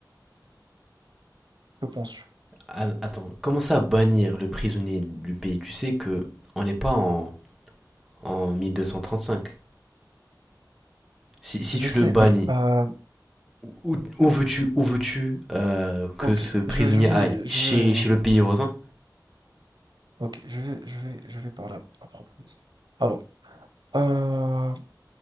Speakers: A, on the right; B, in the centre.
A: Que penses-tu?
B: Al- Attends, commencer à bannir le prisonnier du pays. Tu sais que on n'est pas en, en 1235. Si, si
A: Je
B: tu
A: sais,
B: le bannis,
A: mais euh,
B: où, où veux-tu où veux-tu euh, que
A: ok,
B: ce prisonnier
A: je, je vais,
B: aille? Chez,
A: je vais,
B: chez le pays voisin?
A: ok, je vais, je vais, je vais par là à propos de ça. Alors, euh,